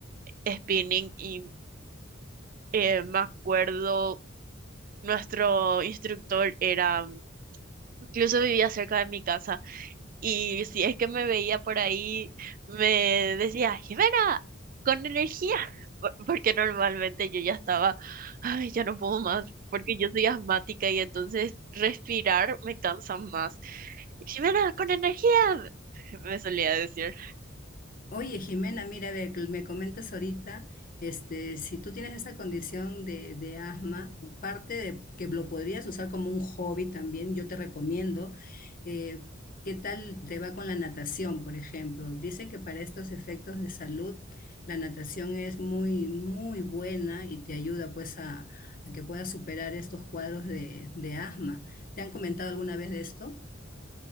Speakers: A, on the right (about 45°); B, on the left (about 45°).
A: spinning y eh, me acuerdo Nuestro instructor era, incluso vivía cerca de mi casa y si es que me veía por ahí, me decía, Jimena, con energía, por- porque normalmente yo ya estaba, ay, ya no puedo más, porque yo soy asmática y entonces respirar me cansa más. Jimena, con energía, me solía decir.
B: Oye, Jimena, mira, a ver, que me comentas ahorita, este, si tú tienes esa condición de, de asma, parte de que lo podrías usar como un hobby también, yo te recomiendo. eh, ¿qué tal te va con la natación, por ejemplo? Dicen que para estos efectos de salud, la natación es muy, muy buena y te ayuda pues a, a que puedas superar estos cuadros de, de asma. ¿Te han comentado alguna vez de esto?